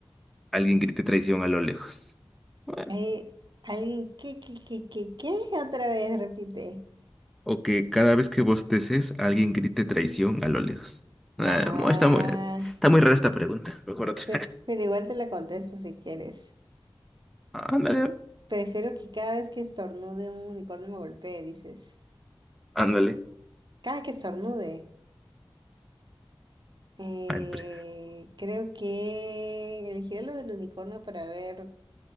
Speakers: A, in the centre; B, on the right (about 55°).
A: alguien grite traición a lo lejos? Bueno,
B: Eh, ¿alguien qué, qué, qué, qué, qué? Otra vez repite.
A: O que cada vez que bosteces, alguien grite traición a lo lejos. Ah,
B: Ay,
A: mu- está muy, está muy rara esta pregunta. Mejor otra.
B: pe- pero, igual te la contesto si quieres.
A: Ándale,
B: Prefiero que cada vez que estornude un unicornio me golpee, dices.
A: ándale,
B: Cada que estornude. Eh,
A: ándale.
B: creo que elegiré lo del unicornio para ver